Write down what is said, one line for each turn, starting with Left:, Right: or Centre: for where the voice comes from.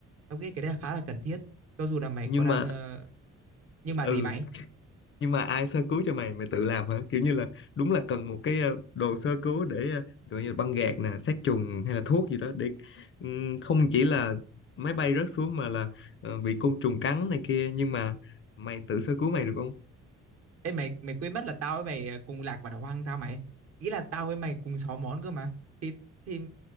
Right: tao nghĩ cái đây là khá là cần thiết cho dù là mày
Left: nhưng
Right: có đang
Left: mà
Right: ờ, nhưng mà
Left: ừ
Right: gì mày
Left: nhưng mà ai sơ cứu cho mày mày tự làm hả kiểu như là đúng là cần một cái ờ, đồ sơ cứu để ờ, gọi như là băng gạc nè sát trùng hay là thuốc gì đó để ừm, không chỉ là máy bay rớt xuống mà là ờ, bị côn trùng cắn này kia nhưng mà mày tự sơ cứu mày được không
Right: Ê mày mày quên mất là tao với mày ờ, cùng lạc vào đảo hoang sao mày ý là tao với mày cùng sáu món cơ mà thì thì